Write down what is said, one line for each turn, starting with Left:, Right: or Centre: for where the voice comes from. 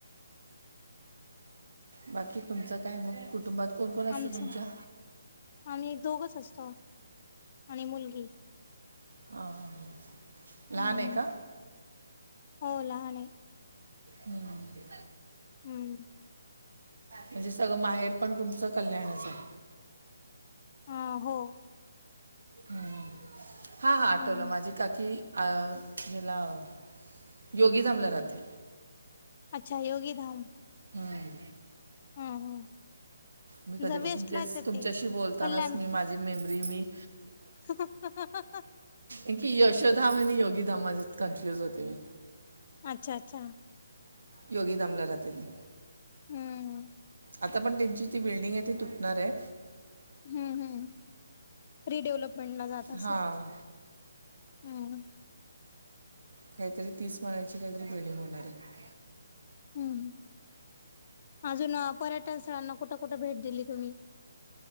Right: बाकी तुमचं काय मग? कुटुंबात कोण कोण असतं
Left: आमचं
Right: तुमच्या?
Left: आम्ही दोघच असतो आणि मुलगी.
Right: हां हां ह.
Left: हम्म
Right: लहान आहे का?
Left: हो लहान आहे
Right: हम्म.
Left: हम्म.
Right: म्हणजे सगळं माहेर पण तुमचं कल्याणच आहे.
Left: हं. हो.
Right: ह्. हा हा आठवलं.
Left: हम्म
Right: माझी काकी अ ह्याला- योगी धामला राहते.
Left: अच्छा. योगी धाम.
Right: हम्म.
Left: हम्म हम्म.
Right: मी कधीपासून
Left: ज वेस्टलाच
Right: तेच
Left: आहेत.
Right: तुमच्याशी
Left: ती
Right: बोलतानाच
Left: कल्याण.
Right: मी माझी मेमरी मी
Left: ह. <unintelligible>
Right: इ की यशोधाम आणि योगी धाम माझ कन्फ्युज होते मी.
Left: अच्छा अच्छा.
Right: योगी धामला राहते मी.
Left: हम्म,
Right: आता पण त्यांची ती बिल्डिंग आहे ती तुटणार आहे.
Left: हम्म हम् रिडेव्हलपमेंटला जात असल.
Right: हां
Left: हम् हम.
Right: काहीतरी तीस माळाची काहीतरी बिल्डिंग होणार आहे.
Left: हम् अजून पर्यटन स्थळांना कुठं कुठे भेट दिली तुम्ही?